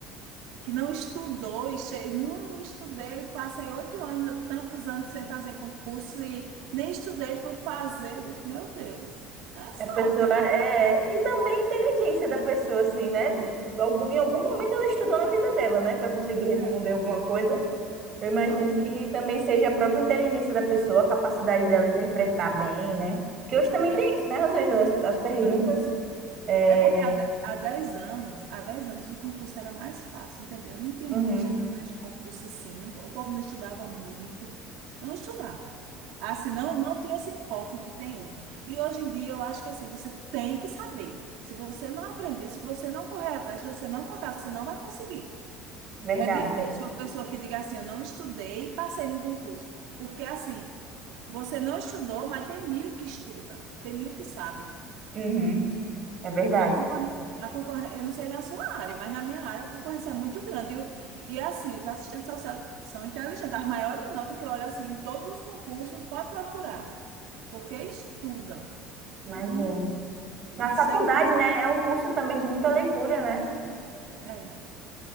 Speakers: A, on the right; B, on the right.
A: que não estudou e che... não estudei, passei oito anos, tantos anos sem fazer concurso e nem estudei, fui fazer. Eu disse, meu Deus, é sorte,
B: A pessoa
A: viu?
B: é. E também a inteligência da pessoa, assim, né? Algum- Em algum momento ela estudou na vida dela, né? Para conseguir responder
A: É,
B: alguma coisa. Eu imagino
A: pode
B: que
A: ser.
B: também seja a própria inteligência da pessoa, a capacidade dela interpretar bem, né? Que hoje também
A: É,
B: tem isso, né, Rosângela? As, as perguntas.
A: é.
B: É...
A: É porque há, de- há 10 anos, há 10 anos o concurso era mais fácil, entendeu? Não tinha
B: Uhum,
A: muita gente atrás de concurso assim, não- o povo não estudava muito, não estudava. Assim, não, não tinha esse foco que tem hoje. E hoje em dia eu acho que assim, você tem que saber. Se você não aprender, se você não correr atrás, se você não focar, você não vai conseguir.
B: verdade.
A: É difícil uma pessoa que diga assim, eu não estudei e passei em um concurso. Porque assim, você não estudou, mas tem mil que estuda, tem mil que sabe.
B: Uhum, é verdade.
A: A concorrência, a concorrência, eu não sei na sua área, mas na minha área a concorrência é muito grande. E, o- e assim, os assistentes sociais são inteligentes. As maiores notas que eu olho assim, em todos os concursos, pode procurar, porque estudam.
B: Imagino.
A: Hum, eu
B: Na faculdade,
A: sei que
B: né? É um curso também de muita leitura, né?
A: é.